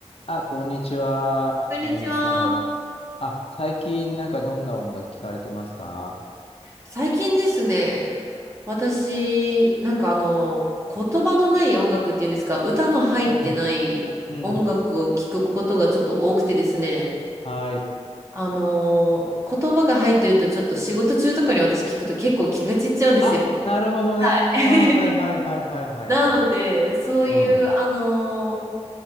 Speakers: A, on the left (about 55°); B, on the right (about 25°).
A: あ、こんにちは、
B: こんにちは。
A: みのりさん。あ、最近なんかどんな音楽聞かれてますか
B: 最近ですね、私、なんかあの、言葉のない音楽っていうんですか、歌の入ってない音楽を聴くことがちょっと多くてですね、
A: うん。うん。はい。
B: あの、言葉が入ってるとちょっと仕事中とかに私聞くと結構気が散っちゃうんですよ。
A: あ、なるほどね。
B: <laughs>
A: はいはいはいはいはいはいはい。
B: なので、そういう、
A: うん。
B: あの、